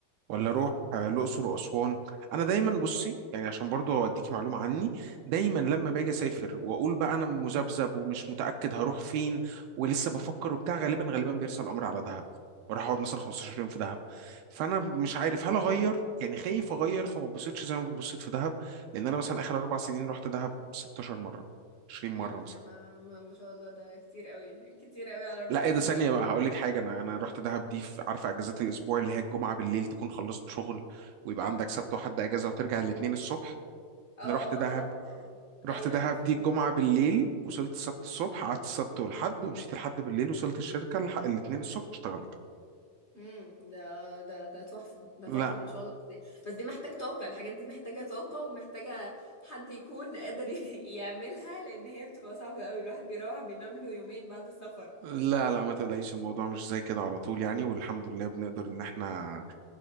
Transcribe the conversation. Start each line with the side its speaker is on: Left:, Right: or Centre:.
Right: ولا اروح آه، الاقصر واسوان انا دايما بصي يعني عشان برضه اديكي معلومه عني دايما لما باجي اسافر واقول بقى انا مذبذب ومش متاكد هروح فين ولسه بفكر وبتاع غالبا غالبا بيرسى الامر على دهب وراح اقعد مثلا 15 يوم في دهب فانا مش عارف هل اغير يعني خايف اغير فما اتبسطش زي ما اتبسطت في دهب لان انا مثلا اخر اربع سنين رحت دهب 16 مره 20
Left: امم
Right: مره مثلا
Left: ما ما ما شاء الله ده كتير قوي كتير قوي على اربع
Right: لا
Left: سنين
Right: ايه ده ثانية
Left: عامة
Right: بقى هقول لك حاجة انا انا رحت دهب دي في عارفة اجازات الاسبوع اللي هي الجمعة بالليل تكون خلصت شغل ويبقى عندك سبت وحد اجازة وترجع الاثنين الصبح
Left: اه
Right: انا رحت دهب
Left: اه اه
Right: رحت
Left: ايوه
Right: دهب
Left: ايوه فهمك
Right: دي الجمعة بالليل وصلت السبت الصبح قعدت السبت والحد ومشيت الحد بالليل وصلت الشركة الح- الاثنين الصبح اشتغلت
Left: امم ده ده ده تحفة ده
Right: لا
Left: تحفة ما شاء الله بس بس دي محتاج طاقة الحاجات دي محتاجة طاقة ومحتاجة حد يكون قادر <laughs> يعملها لان هي بتبقى صعبة قوي الواحد بيروح بينام له يومين بعد السفر
Right: لا لا ما تقلقيش الموضوع مش زي كده على طول يعني والحمد لله بنقدر ان احنا